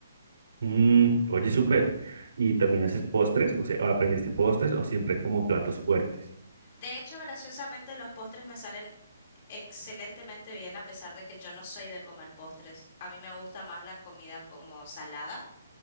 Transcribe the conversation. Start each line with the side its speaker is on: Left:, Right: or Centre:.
Right: Mm, oye, súper. ¿Y también haces postres? O sea, ¿aprendiste postres o siempre como platos fuertes?
Left: De hecho, graciosamente, los postres me salen excelentemente bien a pesar de que yo no soy de comer postres. A mí me gusta más la comida como salada